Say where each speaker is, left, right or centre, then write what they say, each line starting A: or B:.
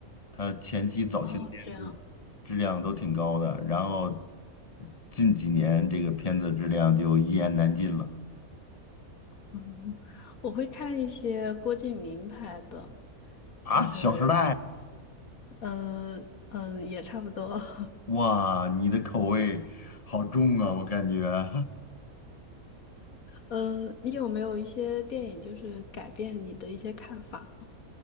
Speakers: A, on the left; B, on the left.
A: 他前期早期的片子质量都挺高的，
B: 哦，这样，
A: 然后近几年这个片子质量就一言难尽了
B: 嗯，我会看一些郭敬明拍的，
A: 啊，
B: 就是，
A: 《小时代》
B: 嗯嗯，也差不多。<laughs>
A: 哇，你的口味好重啊，我感觉 <laughs>
B: 嗯，你有没有一些电影就是改变你的一些看法呢？